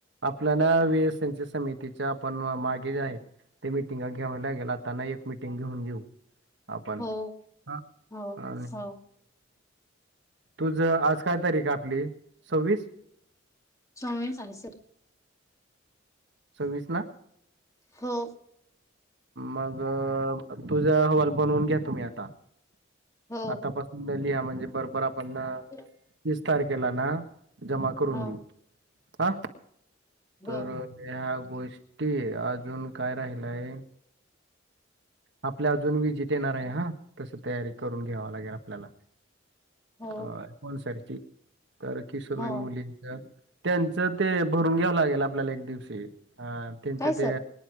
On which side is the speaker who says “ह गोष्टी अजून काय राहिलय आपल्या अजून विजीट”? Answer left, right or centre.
Right